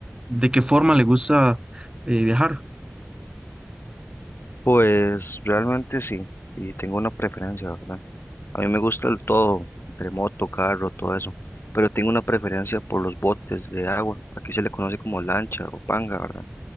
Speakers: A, on the right (about 20°); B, on the left (about 60°).
A: de qué forma le gusta eh, viajar?
B: Pues realmente sí, y tengo una preferencia, ¿verdad? A mí me gusta el todo, entre moto, carro, todo eso, pero tengo una preferencia por los botes de agua. Aquí se le conoce como lancha o panga, ¿verdad?